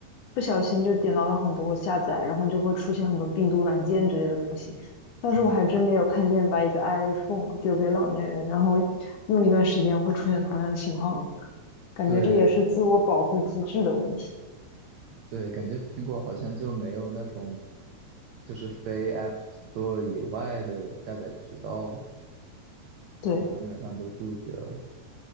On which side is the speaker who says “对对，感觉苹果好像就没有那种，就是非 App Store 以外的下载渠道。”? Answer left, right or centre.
Right